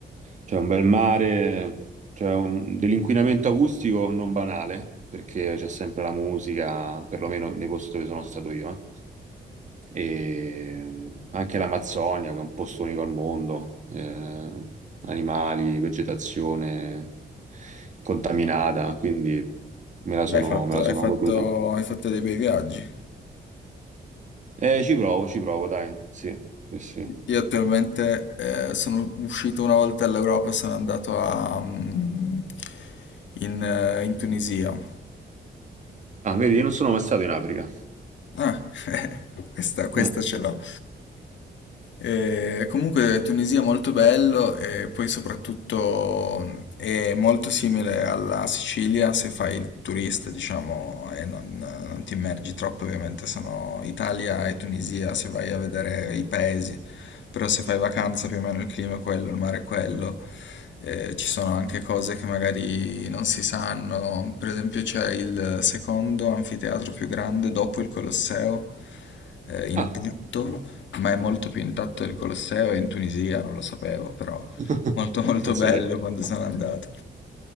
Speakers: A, on the right; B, on the left.
A: c'è un bel mare, c'è un- dell'inquinamento acustico non banale, perché c'è sempre la musica, perlomeno nei posti dove sono stato io. eh. E mh, anche l'Amazzonia, che è un posto unico al mondo, eh, animali, vegetazione contaminata, quindi me la sono,
B: Hai fatto,
A: me la
B: hai
A: sono
B: fatto-
A: goduta.
B: hai fatto dei bei viaggi.
A: Eh, ci provo, ci provo, dai, sì, sì, sì.
B: Io attualmente eh, sono uscito una volta all'Europa, sono andato a, mm, in, eh, in Tunisia.
A: Ah, vedi, io non sono mai stato in Africa.
B: Ah, <laughs> questa, questa
A: Mm.
B: ce l'ho. Eh, comunque Tunisia è molto bello e poi soprattutto è molto simile alla Sicilia se fai il turista, diciamo, e non, non ti immergi troppo, ovviamente sono Italia e Tunisia se vai a vedere i paesi, però se fai vacanza più o meno il clima è quello, il mare è quello eh, ci sono anche cose che magari non si sanno. Per esempio, c'è il secondo anfiteatro più grande dopo il Colosseo, eh, intatto,
A: Ah,
B: ma è molto più intatto del Colosseo, è in Tunisia, non lo sapevo, però
A: <laughs>
B: molto molto
A: pensate.
B: bello quando sono andato.